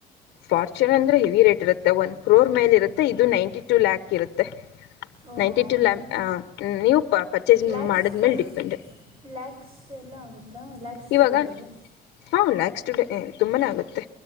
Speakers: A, on the left; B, on the right.
A: ಫಾರ್ಚುೂನ್ ಅಂದರೆ ಹೆವಿ ರೇಟ್ ಇರುತ್ತೆ ಒನ್ ಕ್ರೋರ್ ಮೇಲೆ ಇರುತ್ತೆ ಇದು ನೈಂಟಿ ಟೂ ಲ್ಯಾಕ್ ಇರುತ್ತೆ
B: ಓ
A: ನೈಂಟಿ
B: ಹೌದಾ
A: ಟು ಲ್ಯಾ ನೀವು ಪರ್ಚೇಸ್
B: ಲ್ಯಾಕ್ಸ್
A: ಮಾಡಿದ್ಮೇಲೆ
B: ಪರ್
A: ಡಿಪೆಂಡ್
B: ಲ್ಯಾಕ್ಸ್ ಎಲ್ಲ ಆಗುತ್ತಾ ಲ್ಯಾಕ್ಸ್
A: ಇವಾಗ
B: ಟುಗೆದರು
A: ಹಾಂ ನೆಕ್ಸ್ಟ್ ಡೇ ತುಂಬಾ ಆಗುತ್ತೆ